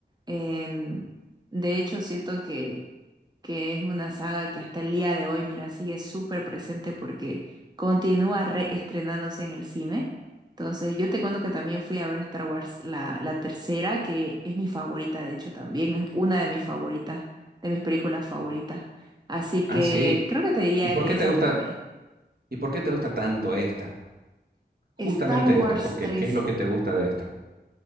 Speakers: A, on the right (about 20°); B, on the right (about 60°).
A: em, de hecho, siento que que es una saga que hasta el día de hoy, mira, sigue súper presente porque continúa reestrenándose en el cine. Entonces, yo te cuento que también fui a ver Star Wars, la, la tercera, que es mi favorita, de hecho, también es una de mis favoritas, de mis películas favoritas. Así
B: Ah,
A: que
B: sí.
A: creo que te diría
B: ¿Y por
A: que
B: qué
A: esa
B: te gusta,
A: también.
B: y por qué te gusta tanto esta? Justamente
A: Star Wars
B: esta, porque
A: tres
B: ¿qué es lo que te gusta de esta?